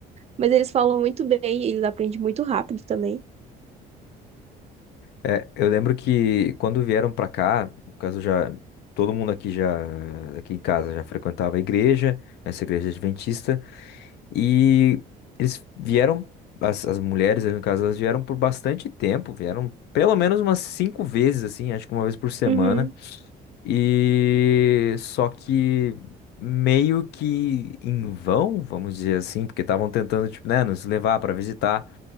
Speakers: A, on the right; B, on the left.
A: Mas eles falam muito bem, eles aprendem muito rápido também.
B: É, eu lembro que quando vieram pra cá, no caso já, todo mundo aqui já, aqui em casa já frequentava a igreja, essa igreja adventista, E eles vieram, as, as mulheres ali no caso, elas vieram por bastante tempo, vieram pelo menos umas cinco vezes, assim, acho que uma vez por semana.
A: Uhum,
B: E só que meio que em vão, vamos dizer assim, porque estavam tentando, tipo, né, nos levar para visitar